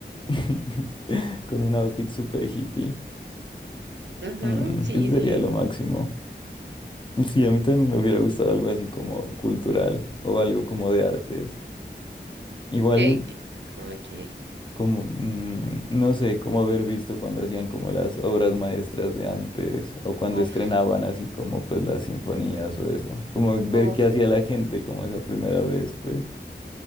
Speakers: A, on the left; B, on the right.
A: <laughs> con un outfit super hippie.
B: <laughs> Ujú,
A: Mm,
B: sí,
A: eso sería
B: sí.
A: lo máximo. Sí, a mí también me hubiera gustado algo así como cultural o algo como de artes. Igual
B: Que, que, como que.
A: como, mm, no sé, como haber visto cuando hacían como las obras maestras de antes o cuando
B: Uf.
A: estrenaban así como pues las sinfonías o eso. Como ver
B: Uf,
A: qué hacía la gente como esa primera vez, pues,